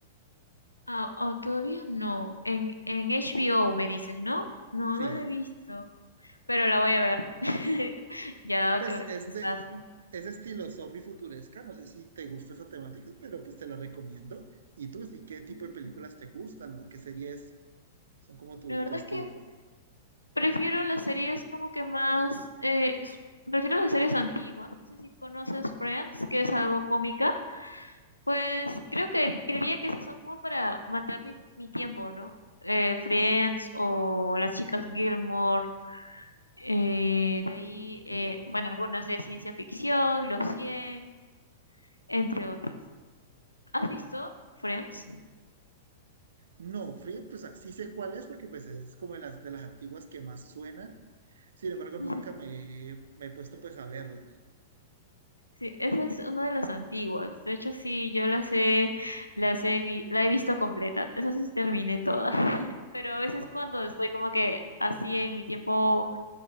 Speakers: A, on the left; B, on the right.
A: Ah, oh, todavía no. En, en HBO me dices, ¿no? No,
B: sí.
A: no lo he visto. Pero la voy a ver. <laughs> Ya dado
B: pues
A: que
B: es
A: estás.
B: de ese estilo zombie futuresca, no sé si te gusta esa temática, pero pues te la recomiendo. ¿Y tú, sí, qué tipo
A: Ujú.
B: de películas te gustan o qué series son como tu,
A: La verdad
B: tu estilo?
A: es que prefiero las series como que más. eh, s- prefiero las series antiguas. No sé si conoces Friends, que es algo cómica. Pues creo que creería que esas son como para matar mi, mi tiempo, ¿no? Eh, Friends o las chicas Gilmore. Eh, de ahí,
B: Ok.
A: eh, bueno, algunas de ciencia ficción, Los cien entre otras. ¿Has visto Friends?
B: No, Free, pues ah, sí sé cuál es porque pues es como de las, de las antiguas que más suenan. Sin embargo,
A: <laughs>
B: nunca me, he- me he puesto pues a verla.
A: Sí, esa es una de las antiguas. De hecho, sí, yo las he, las he vi- la he visto completa. Esa sí terminé toda. <laughs> Pero a veces cuando estoy como que así en mi tiempo